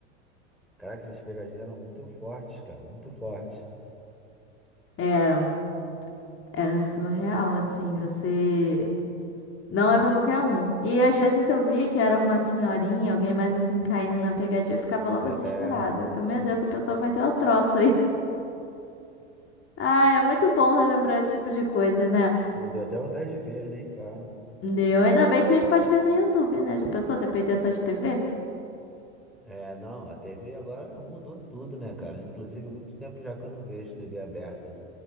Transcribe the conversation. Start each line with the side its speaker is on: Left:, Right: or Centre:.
Centre: Caraca, essas pegadinhas eram muito fortes, cara, muito fortes.
Left: Eram, era surreal, assim, você. Não é pra qualquer um. E às vezes eu via que era uma senhorinha, alguém mais assim, caindo na pegadinha, eu ficava logo
Centre: É,
Left: desesperada. Eu, meu Deus, essa pessoa vai ter o troço aí. Ai, é muito bom relembrar esse tipo de coisa, né?
Centre: pô, deu até vontade de ver, nem falo.
Left: Eu, ainda bem que a gente pode ver no YouTube, né? Já pensou depender só de TV?
Centre: É, não, a TV agora mudou tudo, né, cara? Inclusive, muito tempo já que eu não vejo TV aberta,